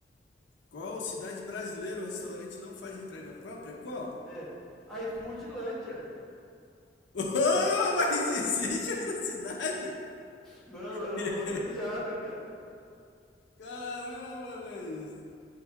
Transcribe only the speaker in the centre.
É, iFoodlândia.
Não,
era uma outra piada, cara.